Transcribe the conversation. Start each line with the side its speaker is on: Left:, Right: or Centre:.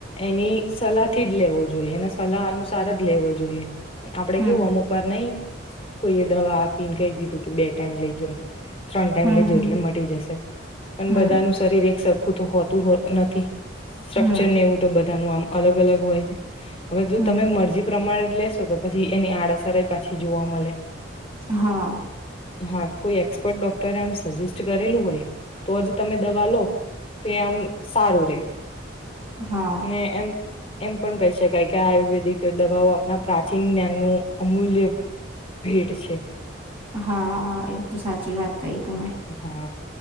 Left: એની સલાદ થી જ લેવો જોઈએ એને સલાહ અનુસાર જ લેવો જોઈએ. આપડે
Right: હમ
Left: કેવું અમુક વાર નહિ કોઈ એ દવા આપીને કહી દીધું કે બે ટાઈમ લઇજોને. ત્રણ ટાઈમ
Right: હમ
Left: લેજે
Right: હમ
Left: એટલે મટી જશે પણ
Right: હમ
Left: બધાનું શરીર એક સરખું તો હોતું નથી
Right: હમ
Left: એવું બધાનું અલગ અલગ હોય છે હવે જો
Right: હમ
Left: તમે મરજી પ્રમાણે લેશો તો પછી એની આડઅસરય પાછી જોવા મલે
Right: હા
Left: હા કોઈ એક્સપર્ટ ડોક્ટરે આમ સજેસ્ટ કરેલું હોય તો જ તમે દવા લો તો એમ સારું રે
Right: હા
Left: અને એમ એમ પણ કહી શકાય કે આયુર્વેદિક દવાઓ આપણા પ્રાચીન જ્ઞાનનું અમૂલ્ય ભેટ છે.
Right: હા એ તો સાચી વાત કહી તમે
Left: હા